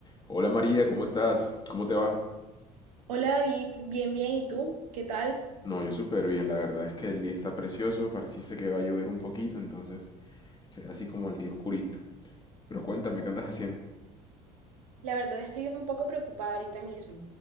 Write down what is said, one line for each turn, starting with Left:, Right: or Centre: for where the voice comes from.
Left: Hola María, ¿cómo estás? ¿Cómo te va?
Right: Hola David, bien, bien, ¿y tú? ¿Qué tal?
Left: No, yo súper bien, la verdad es que el día está precioso, pareciese que va a llover un poquito, entonces será así como el día oscurito. Pero cuéntame, ¿qué andas haciendo?
Right: La verdad estoy un poco preocupada ahorita mismo.